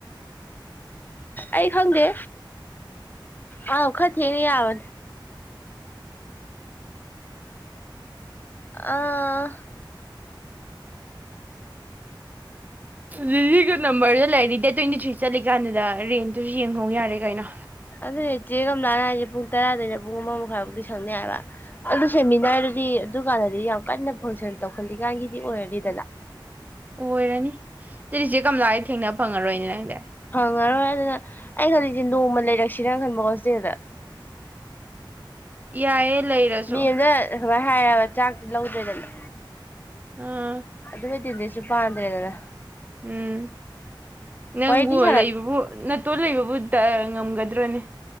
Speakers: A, on the left; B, on the right.
A: ꯑꯩ ꯈꯪꯗꯦ ꯑꯥꯎ ꯈ ꯊꯦꯡꯅꯥ ꯌꯥꯕꯅꯤ ꯑꯥ
B: ꯂꯤꯂꯤꯒꯤ ꯅꯝꯕꫪꯗꫭ ꯂꯩꯔꯗꯤ ꯗꯦꯠ ꯇ꯭ꯋꯦꯟꯇꯤ ꯊ꯭ꯔꯤ ꯆꯠꯂꯤꯀꯥꯟꯗꯨꯗ ꯔꯦꯟꯇꯨꯁꯨ ꯌꯦꯡꯍꯧ ꯌꯥꯔꯦ ꯀꯩꯅꯣ
A: ꯑꯗꯨꯗꯤ ꯆꯦ ꯀꯝꯂꯥꯅ ꯍꯥꯏꯁꯦ ꯄꯨꯡ ꯇꯔꯥꯗꯩꯅ ꯄꯨꯡ ꯑꯃ ꯃꯈꯥꯏꯕꯨꯛꯇꯤ ꯁꯪꯅꯤ ꯍꯥꯏꯕ ꯑꯗꯨ ꯁꯦꯝꯃꯤꯅꯥꫪꯗꯨꯗꯤ ꯑꯗꯨꯀꯥꯟꯗꯗꯤ ꯌꯥꯝ ꯀꯟꯅ ꯐꯪꯁꯟ ꯇꯧꯈꯠꯂꯤꯀꯥꯟꯒꯤꯗꯤ ꯑꯣꯏꯔꯅꯤꯗꯅ
B: ꯑꯣꯏꯔꯅꯤ ꯑꯗꯨꯗꯤ ꯆꯦꯀꯝꯂꯥ ꯗꯤ ꯊꯦꯡꯅ ꯐꯪꯉꯔꯣꯏꯅꯦ <unintelligible>
A: ꯐꯪꯉꯔꯣꯏ ꯑꯗꯨꯅ ꯑꯩ ꯈꯜꯂꯤꯁꯦ ꯅꯣꯡꯃ ꯂꯩꯔꯛꯁꯤꯔꯅ ꯈꯟꯕ ꯍꫭꯁꯇꯦꯜꯗ
B: ꯌꯥꯏꯌꯦ ꯂꯩꯔꯁꯨ
A: ꯃꯦꯜꯗ ꯑꯗꯨꯃꯥꯏ ꯍꯥꯏꯔꯕ ꯆꯥꯛꯇꯤ ꯂꯧꯗ꯭ꯔꯦꯗꯅ
B: ꯑꯥ
A: ꯑꯗꯨꯒ ꯗꯤꯅꯔꯁ ꯁꯨ ꯄꯥꯟꯗ꯭ꯔꯦꯗꯅ
B: ꯎꯝ ꯅꯪꯕꯨ
A: ꯋꯥꯔꯤꯗꯤ ꯁꯥꯟꯅ
B: ꯂꯩꯕꯕꯨ ꯅꯠꯇꯣꯟ ꯂꯩꯕꯕꯨ ꯇ ꯉꯝꯒꯗ꯭ꯔꯣꯅꯦ